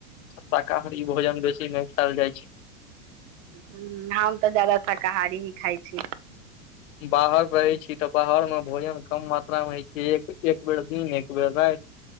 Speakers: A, on the left; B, on the right.
A: शाकाहारी भोजन बेसी नहि खायल जाइ छै
B: हू हम तऽ जादा शाकाहारी ही खाइ छी
A: बाहर रहै छी तऽ बाहर मे भोजन कम मात्रा मे एक एक बेर दिन एक बेर रायत